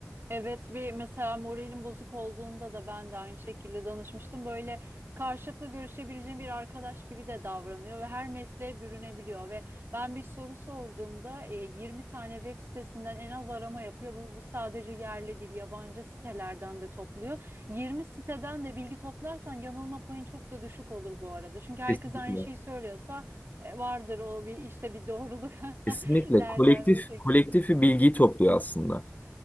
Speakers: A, on the right; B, on the left.
A: Evet bir mesela moralim bozuk olduğunda da ben de aynı şekilde danışmıştım. Böyle karşılıklı görüşebileceğim bir arkadaş gibi de davranıyor ve her mesleğe bürünebiliyor ve ben bir soru sorduğumda e, 20 tane web sitesinden en az arama yapıyor. Bu, bu sadece yerli değil, yabancı sitelerden de topluyor. 20 siteden de bilgi toplarsan yanılma payın çok da düşük olur bu arada. Çünkü herkes
B: Kesinlikle.
A: aynı şeyi söylüyorsa e, vardır o bir işte bir doğruluk
B: Kesinlikle.
A: <laughs> derler
B: Kolektif
A: o şekilde.
B: kolektif bir bilgiyi topluyor aslında.